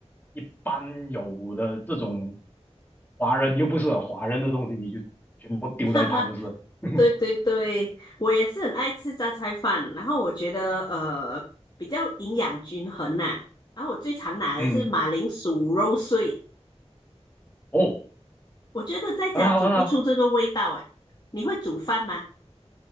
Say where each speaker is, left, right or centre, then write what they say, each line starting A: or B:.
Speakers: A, on the left; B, on the left.
A: 一般有的这种华人又不是很华人的东西，你就全部丢在一旁就是了，
B: <laughs> 哈哈，
A: <laughs>
B: 对对对，我也是很爱吃榨菜饭，然后我觉得呃比较营养均衡呐、然后我最常拿的是马铃薯肉碎，
A: 嗯，哦，
B: 我觉得在家煮不出这个味道哎。
A: 很好很好
B: 你会煮饭吗？